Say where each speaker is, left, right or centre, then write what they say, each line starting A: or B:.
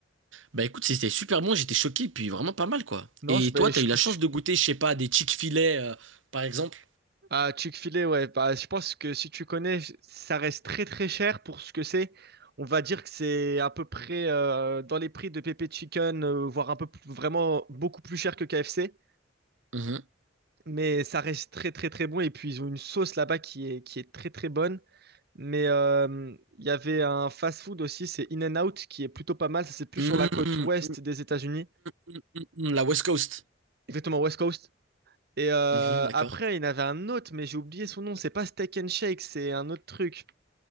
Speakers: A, on the right; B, on the right.
A: Bah, écoute, c'était super bon. J'étais choqué, puis vraiment pas mal quoi.
B: Non,
A: Et
B: je, ben,
A: toi, t'as
B: je-
A: eu la
B: je-
A: chance de goûter, je sais pas, des Chick-fil-A euh, par exemple?
B: Ah, Chick-fil-A, ouais. Bah, je pense que si tu connais, ça reste très très cher pour ce que c'est. On va dire que c'est à peu près euh, dans les prix de Pepe Chicken, euh, voire un peu plus- vraiment beaucoup plus cher que KFC.
A: Mhm.
B: Mais ça reste très très très bon. Et puis ils ont une sauce là-bas qui est, qui est très très bonne. Mais euh, il y avait un fast-food aussi, c'est In-N-Out, qui est plutôt pas mal. Ça, c'est plus
A: Mhm.
B: sur la côte ouest
A: Mhm.
B: des États-Unis.
A: Mhm. La West Coast.
B: Exactement, West Coast. Et euh,
A: Mhm, d'accord.
B: après, il y en avait un autre, mais j'ai oublié son nom. C'est pas Steak and Shake, c'est un autre truc.